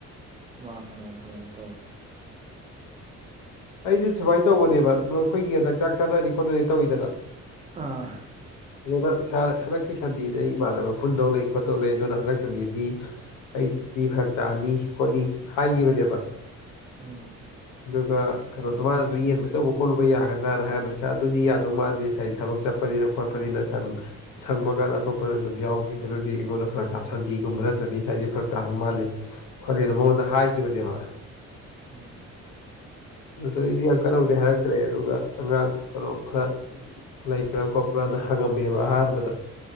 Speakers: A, on the right (about 25°); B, on the left (about 85°).
A: ꯃꯥꯅꯣ ꯈꯩꯅꯣ ꯇꯧꯒꯔꯦ
B: ꯑꯩꯁꯨ ꯁꯨꯃꯥꯏꯅ ꯇꯧꯕꯅꯦꯕ ꯅꯣꯏ ꯑꯩꯈꯣꯏꯒꯤ ꯍꯟꯗꯛ ꯆꯥꯛ ꯆꯥꯅꯅꯤ ꯈꯣꯠꯅꯅꯤ ꯇꯧꯋꯤꯗꯅ
A: ꯑꯥ
B: ꯑꯗꯨꯅ ꯁꯥꯔ ꯍꯟꯗꯛꯀꯤ ꯁꯟꯗꯦꯗꯤ ꯑꯩ ꯏꯃꯥꯟꯅꯕ ꯄꯨꯟꯗꯧ ꯂꯩ ꯈꯣꯠꯇꯧ ꯂꯩ ꯑꯗꯨꯅ ꯍꯟꯗꯛ ꯁꯟꯗꯦꯗꯤ ꯑꯩꯁꯤꯗꯤ ꯐꯔꯛ ꯇꯥꯅꯤ ꯈꯣꯠꯅꯤ ꯍꯥꯏꯈꯤꯕꯅꯦꯕ
A: ꯑꯥ
B: ꯑꯗꯨꯒ ꯀꯩꯅꯣꯗꯣ ꯃꯥꯅ ꯑꯗꯨ ꯌꯦꯟꯕ ꯆꯧꯕ ꯈꯣꯠꯂꯨꯕ ꯌꯥꯒꯗ꯭ꯔꯥꯅ ꯍꯥꯏꯔꯝꯕꯅꯤ ꯁꯔ ꯑꯗꯨꯗꯤ ꯌꯥꯗꯧ ꯃꯥꯟꯗꯦ ꯁꯔꯒꯤ ꯊꯕꯛ ꯆꯠꯄ ꯄꯅꯤꯅ ꯈꯣꯠꯄꯅꯤꯅ ꯁꯔ ꯑꯗꯨ ꯁꯪꯕ ꯀꯥꯟꯗ ꯑꯇꯣꯞꯄꯗ ꯑꯗꯨꯝ ꯌꯥꯎꯒꯦ ꯑꯗꯨꯗꯤ ꯑꯩꯉꯣꯟꯗ ꯐꯔꯛ ꯇꯥꯞ ꯁꯪꯗꯦꯒꯨꯝꯕ ꯅꯠꯇ꯭ꯔꯅꯤ ꯁꯔ ꯑꯩꯖꯦ ꯐꯔꯛ ꯇꯥꯗꯧ ꯃꯥꯜꯂꯤ ꯈꫭꯠꯂꯦꯅ ꯃꯉꯣꯟꯗ ꯍꯥꯏꯀꯤꯈꯤꯕꯅꯦꯕ
A: ꯑꯥ
B: ꯑꯗꯩꯗꯤ ꯌꯥꯝ ꯀꯥꯟꯅꯕꯨꯗꯤ ꯍꯥꯏꯔꯛꯇ꯭ꯔꯦ ꯑꯗꯨꯒ ꯑꯉꯥꯡ ꯀꯩꯅꯣ ꯈꯔ ꯂꯩꯕ꯭ꯔꯥ ꯈꯣꯠꯄ꯭ꯔꯥꯅ ꯍꯪꯉꯝꯃꯦꯕ ꯑꯍꯥꯟꯕꯗ